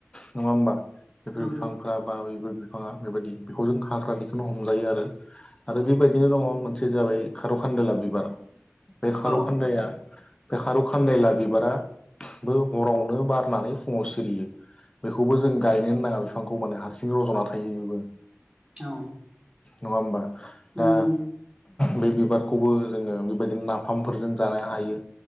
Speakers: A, on the left; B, on the right.
A: नङा होमबा बेफोर
B: नंगौ
A: बिफांफ्रा बा बिफोर बिफाङा बेबायदि बेखौ जों हाग्रानिखौनो हमजायो आरो बेबायदिनो दङ मोनसे जाबाय खारौखान्दोला बिबार बे खार'खान्दाया
B: औ
A: बे खारौ खानदायला बिबाराबो हरावनो बारनानै फुङाव सिरियो। बेखौबो जों गायनोनो नाङा बिफांखौ माने हारसिं रज'ना थायो बेबो।
B: औ
A: नङा होबा
B: नंगौ
A: दा बे बिबारखौबो जोङो बेबायदिनो नाफामफोरजों जानो हायो।